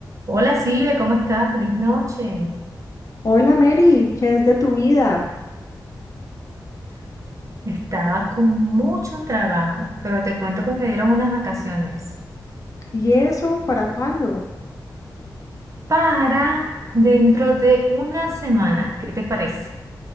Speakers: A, on the right; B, on the left.
A: Hola Silvia, ¿cómo estás? Feliz noche.
B: Hola Mary, ¿qué es de tu vida?
A: Estaba con mucho trabajo, pero te cuento que me dieron unas vacaciones
B: ¿Y eso para cuándo?
A: para dentro de una semana. ¿Qué te parece?